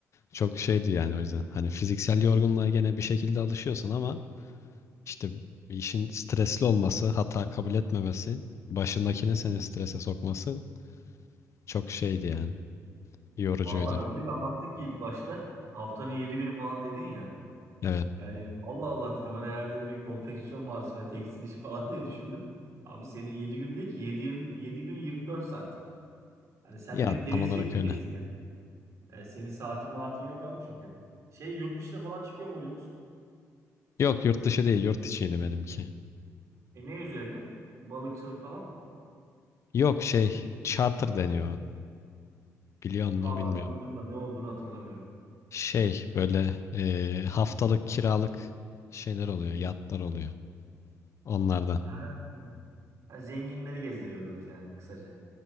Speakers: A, on the left; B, on the right.
A: Çok şeydi yani o yüzden. Hani fiziksel yorgunluğa gene bir şekilde alışıyorsun ama işte işin stresli olması, hata kabul etmemesi, başındakini seni strese sokması çok şeydi yani. Yorucuydu.
B: Vallahi öyle bir anlattın ki ilk başta. Haftanın 7 günü falan dedin ya.
A: Evet.
B: Yani Allah Allah dedim hani herhalde bir konfeksiyon mağazası ve tekstil işi falan diye düşündüm. Abi senin 7 gün değil ki yedi 7 gün 24 saat. Hani sen
A: Ya
B: direkt denizciye
A: tam olarak
B: mi gideceksin
A: öyle.
B: yani? Yani senin saatin maatin yok abi çünkü. Şey yurt dışına falan çıkıyor muydunuz?
A: Yok yurt dışı değil yurt içiydi benimki.
B: E ne üzerine? Balıkçılık falan mı?
A: Yok şey charter deniyor. Biliyor
B: Vallahi
A: mu bilmiyorum.
B: duydum da ne olduğunu hatırlamıyorum.
A: Şey böyle e, haftalık kiralık şeyler oluyor. Yatlar oluyor. Onlardan.
B: Ha, ha, zenginleri gezdiriyordunuz yani kısaca.